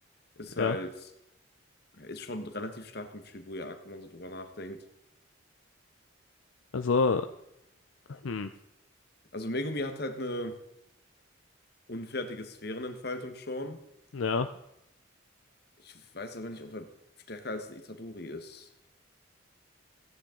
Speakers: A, on the left; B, on the left.
A: ist
B: ja.
A: halt, ist schon relativ stark im Shibuya-Arc, wenn man so drüber nachdenkt.
B: Also, hm,
A: Also Megumi hat halt eine unfertige Sphärenentfaltung schon.
B: ja.
A: Ich weiß aber nicht, ob er stärker als ein Itadori ist.